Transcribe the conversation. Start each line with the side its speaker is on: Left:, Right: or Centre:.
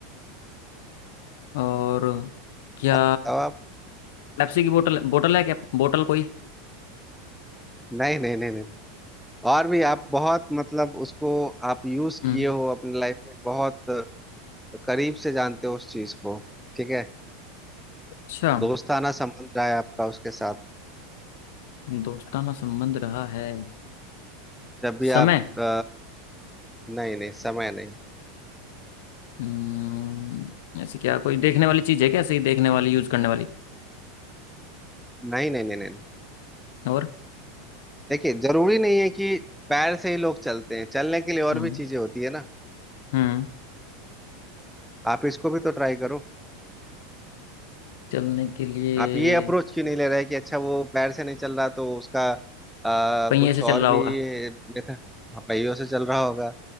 Left: और क्या
Centre: अब बताओ आप
Left: पेप्सी की बोतल बोतल है क्या बोतल कोई
Centre: नहीं नहीं नहीं नहीं और भी आप बहुत मतलब उसको आप यूज
Left: हम्म,
Centre: किए हो अपने लाइफ में बहुत करीब से जानते हो उस चीज को ठीक है
Left: अच्छा
Centre: दोस्ताना संबंध रहा है आपका उसके साथ
Left: दोस्ताना संबंध रहा है
Centre: जब भी
Left: समय
Centre: आप अ, नहीं नहीं समय नहीं
Left: हम्म, ऐसी क्या कोई देखने वाली चीज है क्या ऐसे ही देखने वाली यूज करने वाली
Centre: नहीं नहीं नहीं नहीं नहीं।
Left: और
Centre: देखिए जरूरी नहीं है कि पैर से ही लोग चलते हैं चलने के लिए और
Left: हम्म
Centre: भी चीजें होती है ना
Left: हम्म
Centre: आप इसको भी तो ट्राई करो
Left: चलने के लिए
Centre: आप ये अप्रोच क्यों नहीं ले रहे कि अच्छा वो पैर से नहीं चल रहा तो उसका अ,
Left: पहिए
Centre: कुछ
Left: से
Centre: और
Left: चल रहा
Centre: भी
Left: होगा
Centre: मेथड हाँ, पहियों से चल रहा होगा